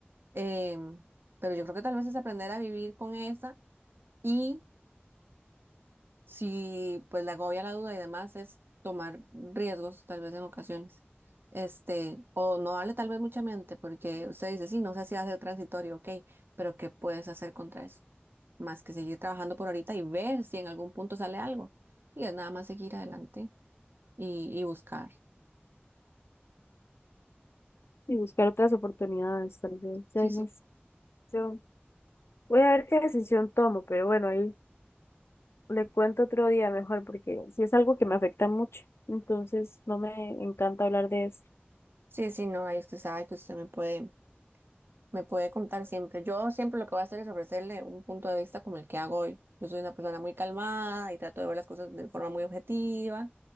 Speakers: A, on the right; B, on the left.
A: em, pero yo creo que tal vez es aprender a vivir con esa y si pues la agobia la duda y demás es tomar riesgos tal vez en ocasiones. Este, o no darle tal vez mucha mente porque usted dice, sí, no sé si hace el transitorio, ok, pero ¿qué puedes hacer contra eso? Más que seguir trabajando por ahorita y ver si en algún punto sale algo. Y es nada más seguir adelante y, y buscar.
B: Y buscar otras oportunidades, tal vez.
A: Sí,
B: ya hay
A: sí.
B: más. Yo voy a ver qué decisión tomo, pero bueno, ahí Le cuento otro día mejor porque sí es algo que me afecta mucho, entonces no me encanta hablar de eso.
A: Sí, sí, no, ahí usted sabe que usted me puede Me puede contar siempre. Yo siempre lo que voy a hacer es ofrecerle un punto de vista como el que hago hoy. Yo soy una persona muy calmada y trato de ver las cosas de forma muy objetiva